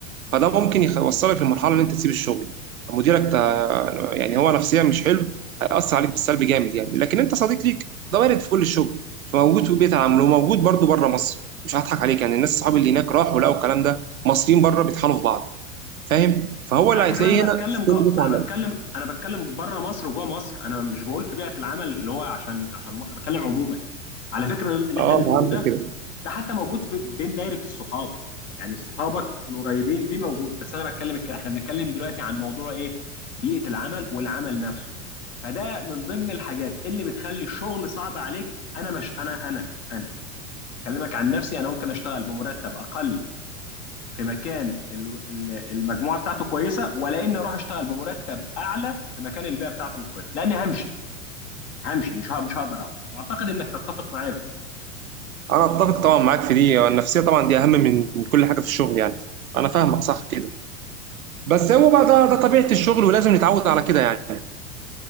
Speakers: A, on the right; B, on the left.
A: فده ممكن يخ- يوصلك لمرحله ان انت تسيب الشغل مديرك تا- يعني هو نفسيا مش حلو هيأثر عليك بالسلب جامد يعني لكن انت صديق ليك ده وارد في كل الشغل فموجود في بيت العمل وموجود برضو بره مصر مش هضحك عليك يعني الناس صحابي اللي هناك راحوا لقوا الكلام ده مصريين بره بيطحنوا في بعض فاهم فهو
B: على
A: اللي هتلاقيه
B: فكره انا
A: هنا
B: بتكلم
A: في
B: جو...
A: كل بيت
B: انا
A: عمل
B: بتكلم انا بتكلم بره مصر وجوه مصر انا مش بقول في بيئه العمل اللي هو عشان عشان م- أنا بتكلم عموما على فكره اللي
A: اه
B: احنا بنقوله
A: فهمت
B: ده
A: كده
B: ده حتى موجود في بين دايرة الصحاب يعني صحابك القريبين دي موجود بس انا بتكلم الك- احنا بنتكلم دلوقتي عن موضوع ايه بيئة العمل والعمل نفسه فده من ضمن الحاجات اللي بتخلي الشغل صعب عليك انا مش انا انا انا اكلمك عن نفسي انا ممكن اشتغل بمرتب اقل في مكان ال- ال- المجموعة بتاعته كويسة ولا اني اروح اشتغل بمرتب اعلى في مكان البيئة بتاعته مش كويسة لاني همشي همشي مش ه- مش هقدر اقعد واعتقد انك تتفق معايا في دي
A: انا اتفق طبعا معاك في دي النفسيه طبعا دي اهم من كل حاجه في الشغل يعني انا فاهمك صح كده بس هو بقى ده, ده طبيعه الشغل ولازم نتعود على كده يعني